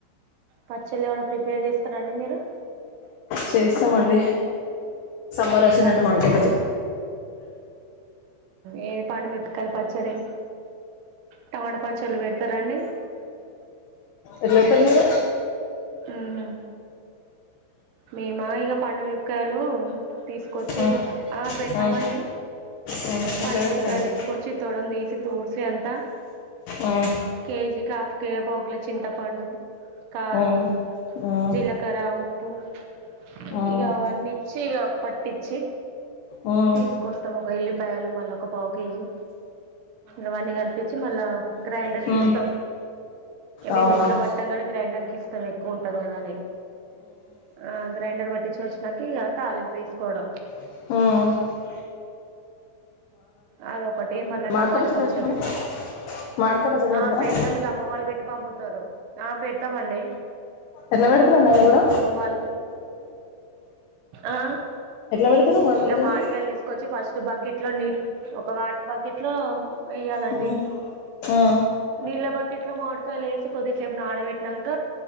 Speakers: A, on the right (about 75°); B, on the left (about 80°).
A: పచ్చళ్లు ఏమనా ప్రిపేర్ చేస్తారాండి మీరు
B: చేస్తామండి సమ్మర్
A: ఏదివ
B: వచ్చిందంటే మామిడికాయ పచ్చడి
A: ఏది పండుమిరపకాయ పచ్చడి టమాటా పచ్చళ్ళు పెడతారండి
B: ఎట్ల ఎల్తరు మీరు
A: ఉహు మేమా ఇక పండు మిరపకాయలు తీసుకొచ్చి
B: మ్మ్
A: ఆ పెడతమండి
B: మ్మ్ మ్మ్
A: పండుమిరపకాయలు
B: ఎట్లా పెడతారండి
A: తీసుకొచ్చి తొడం తీసి తూర్సి చేయంత
B: మ్మ్
A: కేజికి ఆఫ్ కే పావుకిల చింతపండు కారం
B: మ్మ్ మ్మ్
A: జీలకర ఉప్పు హ
B: మ్మ్
A: ఇగ వన్ని ఇచ్చి ఇగ పట్టిచ్చి
B: మ్మ్
A: తీసుకొస్తాం ఒక ఎల్లి బేళ్లు మల్ల ఒకపావు కేజీ ఇవన్నీ కల్పించి మల్ల గ్రైండర్
B: మ్మ్
A: కిస్తం
B: మ్మ్
A: మేము
B: అవునా
A: ఇంట్లో పట్టాంగని గ్రైండర్ కి ఇస్ ఎక్కువ ఉంటది కదా అని ఆ గ్రైండర్ వ ఇంకా చేసినాక తాలింపు వేసుకోవడం
B: అవునండి
A: అదొకటి మళ్ళ
B: మాడకాయ
A: టమాట పచ్చడి
B: పెడతారా మాడకాయ పచ్చడి పెడతారా
A: ఆ పెడతాం ఇగ అమ్మ వాళ్ళు పెట్టి పంపుతారు ఆ పెడతమండి
B: ఎట్ల పెడుతరు అది కూడ
A: వాళ్ళు ఆ
B: పెడతారు మాడకాయ
A: ఇగ
B: పచ్చడి
A: మామిడికాయలు తీసుకోచ్చి ఫస్ట్ బాకీట్ తేండి ఒక వాటర్ బకెట్ లో వేయ్యాలండి
B: హ్మ్ హ్మ్
A: నీళ్ళ బత్ బకిట్లొ మామిడికాయలేసి కొద్దిసేపు నానాబెట్టినాంక